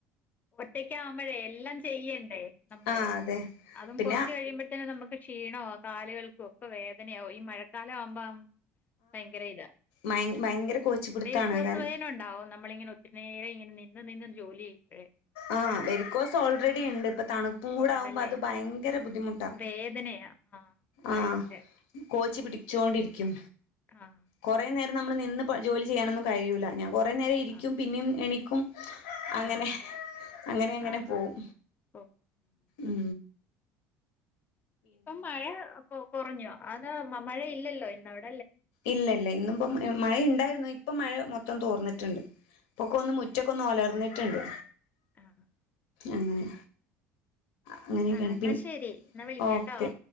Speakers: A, on the left; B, on the left.
A: ഒറ്റയ്ക്ക ആുമ്പോഴേ എല്ലാം ചെയ്യണ്ടേ നമ്മള്
B: ആ അതെ
A: അതും
B: പിന്നെ
A: കൊറച്ച് കഴിയുമ്പോഴത്തന്നെ നമുക്ക് ക്ഷീണോ കാലുകൾ ഒക്കെ വേദനയാവാംഈ മഴക്കാലം ആവുമ്പം ആ ഭയങ്കര ഇതാ
B: ഭയ ഭയങ്കര കോച്ചി പിടുത്താണ്
A: വെരുക്കോസുവേൻഉണ്ടാവോ
B: കാരണം
A: നമ്മളിങ്ങനെ ഒത്തിരി നേര ഇങ്ങനെ നിന്ന് നിന്ന് ജോലി ചെയ്യുമ്പഴേ
B: ആഹ് വെരിക്കോസ് ഓൾറെഡി ഉണ്ട് ഇ തണുപ്പും കൂട
A: ഉണ്ടല്ലേ
B: ആകുമ്പോ അത് ഭയങ്കര ബുദ്ധിമുട്ടാ
A: വേദനയാ ആഹ് ബാക്കില്
B: ആഹ കോ ച്ചി പിടിച്ചോ ണ്ടിരിക്കും
A: ആഹ്
B: കുറേ നേരം നമ്മൾ നിന്ന് ജോലി ചെയ്യാനൊന്നും കഴില്ല ഞ കുറേ നേരം ഇരിക്കും
A: ആഹ്
B: പിന്നെയും എണീ ക്കും അങ്ങനെ
A: ആഹ്
B: അങ്ങനെ അങ്ങനെ
A: ആഹ്
B: പോവും
A: ആഹ് ഓ ഉം.
B: ഉ
A: ഇപ്പം മഴ കൊ കുറഞ്ഞോ അത് മഴ ഇല്ലല്ലോ ഇന്നവിടെ
B: ഇല്ലല്ല ഇന്നി ഇപ്പം മഴയുണ്ടായിരുന്നു ഇപ്പൊ മഴ മൊത്തം തോർന്നിട്ടുണ്ട് പപ്പൊക്കെ ഒന്ന് മുറ്റൊക്കെ ഒന്ന് ഒലർന്നിട്ടുണ്ട്
A: ആഹ്
B: അങ്ങനെ അങ്ങനെയൊക്കെയാണ്
A: ആഹ് എന്നാ
B: പിന്നെ
A: ശരി എന്നാ വിളിക്കാട്ടോ
B: ഓക്കെ